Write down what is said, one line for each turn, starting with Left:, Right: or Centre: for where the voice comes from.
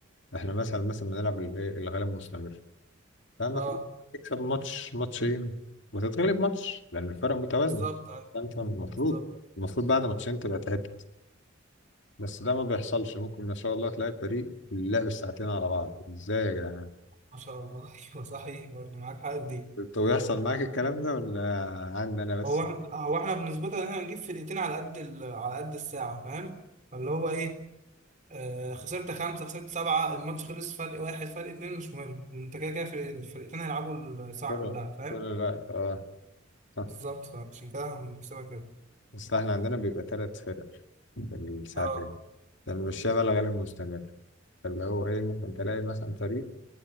Left: احنا مثلا مثلا بنلعب ال- إيه؟ الغلب مستمر فما
Right: اه
Left: في- تكسب ماتش ماتشين وتتغلب ماتش لأن الفرق متوازنة
Right: بالظبط أيوة،
Left: فأنت المفروض
Right: بالظبط
Left: المفروض بعد ماتشين تبقى تعبت بس ده ما بيحصلش ممكن ما شاء الله تلاقي فريق لعب ساعتين على بعض ازاي يا جدعان
Right: ما شاء الله <laughs> ايوه صحيح برضه معاك حاجة في دي
Left: طب بيحصل معاك الكلام ده ولا عندي انا بس
Right: هو احنا هو احنا بنظبطها ان احنا نجيب فرقتين على قد ال... على قد الساعة فاهم فاللي هو ايه آه خسرت خمسة خسرت سبعة الماتش خلص فرق واحد فرق اتنين مش مهم انت كده كده فرق- الفرقتين هيلعبوا الساعة
Left: كل
Right: كلها فاهم
Left: كل الوقت اه صح.
Right: بالظبط فعشان كده احنا بنكسبها كده
Left: بس احنا عندنا بيبقى ثلاث فرق في الساعتين
Right: اه
Left: لأن الشغل غالبا مستمر فاللي هو إيه ممكن تلاقي مثلا فريق